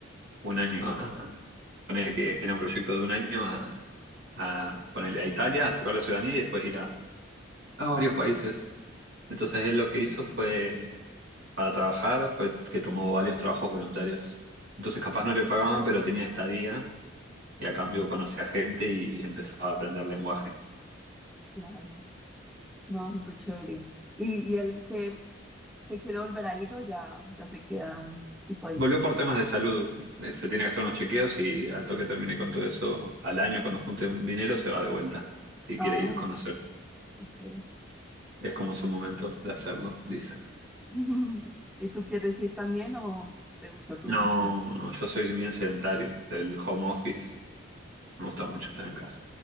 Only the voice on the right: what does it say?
un año a poner que era un proyecto de un año a, a ponerle a Italia, a sacar la ciudadanía y después ir a, a varios países. Entonces él lo que hizo fue, para trabajar, fue que tomó varios trabajos voluntarios. Entonces capaz no le pagaban, pero tenía estadía y a cambio conocía gente y empezaba a aprender lenguaje.
Volvió por temas de salud, eh, se tiene que hacer unos chequeos y al toque termine con todo eso al año, cuando junte dinero se va de vuelta y
quiere ir a conocer.
Es como su momento de hacerlo, dicen.
No,
no, yo soy bien sedentario, del home office, me gusta mucho estar en casa.